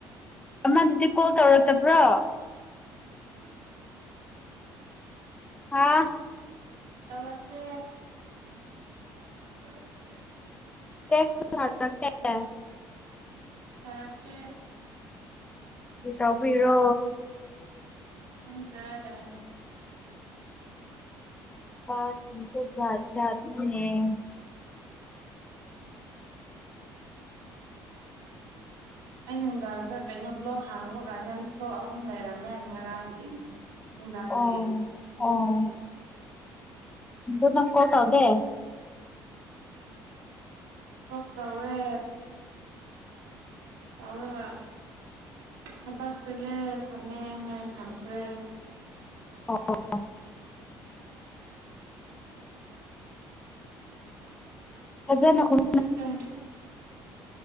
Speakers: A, on the left (about 15°); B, on the right (about 85°).
A: ꯑꯃꯗꯨꯗꯤ ꯀꯣꯜ ꯇꯧꯔꯛꯇꯕ꯭ꯔꯣ
B: <inaudible>
A: ꯍꯥꯥ
B: ꯇꯧꯔꯛꯇꯦ <unintelligible>
A: ꯇꯦꯛꯁ ꯁꯨ ꯊꯥꯔꯛꯇꯦ
B: <inaudible> ꯊꯥꯔꯛꯇꯦ
A: ꯀ꯭ꯔꯤ ꯇꯧꯕꯩꯔꯣ
B: ꯈꯪꯗ꯭ꯔꯦ <unintelligible>
A: <unintelligible> ꯁꯤꯡꯁꯨ ꯖꯥꯠ ꯖꯥꯠ ꯅꯤꯅꯦ
B: ꯑꯩ ꯅꯨꯡꯗꯥꯡꯗ ꯀꯩꯅꯣ ꯕ꯭ꯂꯣꯛ ꯍꯥꯡꯕ ꯀꯥꯟꯗ ꯅꯪ ꯃꯤꯁꯀꯣꯜ ꯑꯍꯨꯝ ꯂꯩꯔꯝꯃꯦ ꯉꯔꯥꯡꯗꯤ ꯅꯨꯡꯗꯥꯡꯒꯤ
A: ꯑꯣ ꯑꯣ ꯑꯗꯨ ꯅꯪ ꯀꯣꯜ ꯇꯧꯗꯦ
B: ꯎꯝ ꯇꯧꯋꯦ ꯇꯧꯔꯒ ꯊꯕꯛ ꯆꯠꯂꯦ ꯊꯃꯦ ꯍꯥꯏꯔ ꯊꯝꯈ꯭ꯔꯦ
A: ꯑꯣ ꯐꯖꯅ ꯈꯨꯝ
B: ꯅꯪꯒ